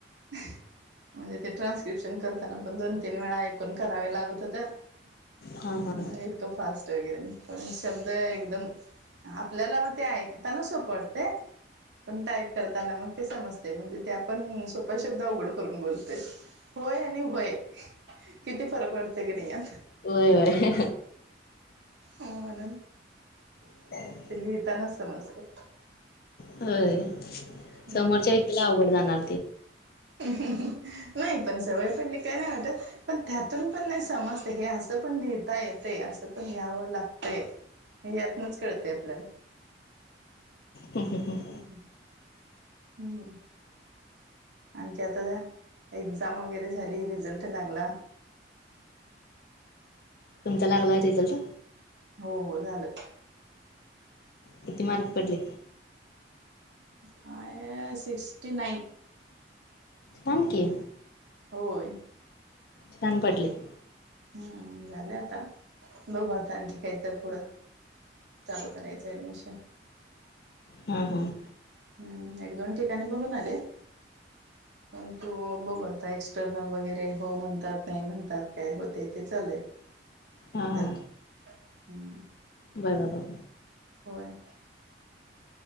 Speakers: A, on the right; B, on the left.
A: ह म्हणजे ते ट्रान्स स्किपन्शन करताना पण दोन तीन वेळा ऐकून करावे लागत होतं.
B: हा हा.
A: अ इतकं फास्ट वगैरे पण, शब्द एकदम आपल्याला ते ऐकऽ तान सोपं वाटतय. पण टाईप करताना मग ते समजतय म्हणजे ते आपण सोपे शब्द अवघड करून बोलतोय होय आणि व्हय किती फरक वाटत कि नाय यात
B: होय वय
A: म्हणून
B: <unintelligible>
A: ते लिहिताना समजतय.
B: होय,
A: हम्म.
B: समोरच्या व्यक्तीला अवघड जाणार ते.
A: ह ह ह व्हय पण सवय पडली काय नाय वाटत. पण त्यातून पण नाही समजते. हे असं पण लिहिता येतय, असं पण लिहावं लागतय. यातनच कळतय आपल्याला.
B: ह ह ह.
A: हम्म मं. आणखी आता त्या एक्झाम वगैरे झाली रिझल्ट लागला.
B: तुमचा लागलाय रिझल्ट?
A: हो, हो झालं.
B: किती मार्क? पडले?
A: काय सिक्स्टी नाईन.
B: थांब कि.
A: होय.
B: छान पडलेत.
A: हम्म झालंय आता, बघू आता आणखी काही तर पुढं. चालू करायचं ऍडमिशन.
B: ह. ह.
A: हम्म एक- दोन ठिकाणी बघून आले. पण तो बघू आता, एक्सटर्नल वगैरे हो म्हणतात नाही म्हणतात काय होतय ते चालय.
B: हा
A: जरा,
B: हा.
A: हम्म.
B: बघा, बघा.
A: होय.